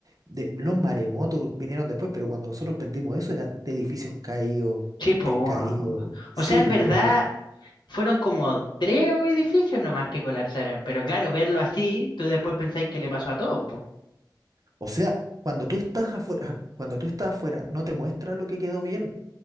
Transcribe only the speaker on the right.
de, los maremotos vinieron después, pero cuando nosotros prendimos eso eran de edificios caídos,
puentes
caídos, sin
luz.
O sea, cuando tú estás afuera, cuando tú estás afuera, no te muestra lo que quedó bien.